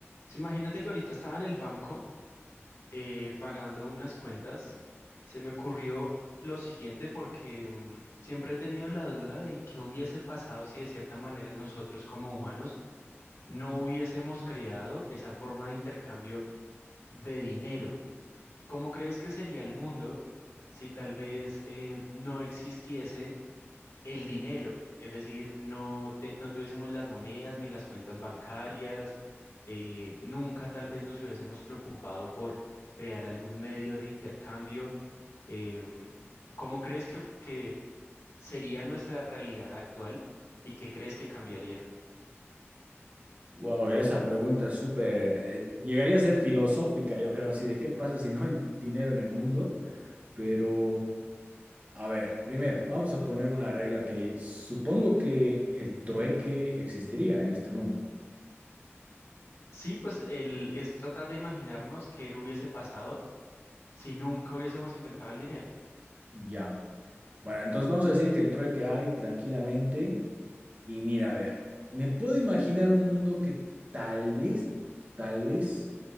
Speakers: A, on the left; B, on the right.
A: Sí, imagínate que ahorita estaba en el banco eh, pagando unas cuentas. Se me ocurrió lo siguiente porque mm, siempre he tenido la duda de qué hubiese pasado si de cierta manera nosotros como humanos no hubiésemos creado esa forma de intercambio de dinero. ¿Cómo crees que sería el mundo si tal vez eh, no existiese? el dinero, es decir, no, te- no tuviésemos las monedas ni las cuentas bancarias, eh, nunca tal vez nos hubiésemos preocupado por crear algún medio de intercambio. em, ¿cómo crees que, f- que sería nuestra realidad actual y qué crees que cambiaría?
B: Wow, esa pregunta es súper, eh, llegaría a ser filosófica, yo creo, así de qué pasa si no hay dinero en el mundo, pero a ver, primero, vamos a poner una regla que supongo que el trueque existiría en este mundo,
A: Sí, pues el, es tratar de imaginarnos qué hubiese pasado si nunca hubiésemos inventado el dinero.
B: ya. Bueno, entonces vamos a decir que el trueque hay tranquilamente. Y mira, a ver, me puedo imaginar un mundo que tal vez, tal vez